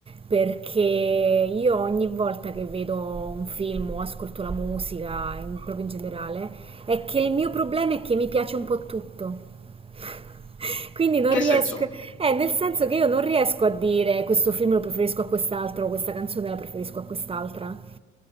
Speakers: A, on the right; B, on the left.
A: perché io ogni volta che vedo un film o ascolto la musica, in- proprio in generale, è che il mio problema è che mi piace un po' tutto. <laughs> Quindi non
B: In che
A: riesco,
B: senso?
A: eh, nel senso che io non riesco a dire questo film lo preferisco a quest'altro, questa canzone la preferisco a quest'altra.